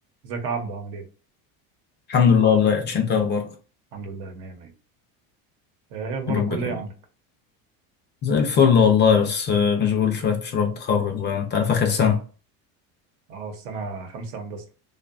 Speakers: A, on the right; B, on the left.
A: ازيك يا عبدو عامل ايه؟
B: الحمد لله والله يا اتش انت إيه اخبارك
A: الحمد لله مية مية آه، ايه اخبار
B: يا رب
A: الكلية
B: دايما
A: عندك؟
B: زي الفل والله بس آه، مشغول شويه في مشروع التخرج بقى انت عارف اخر سنه
A: اه السنة خمسة هندسة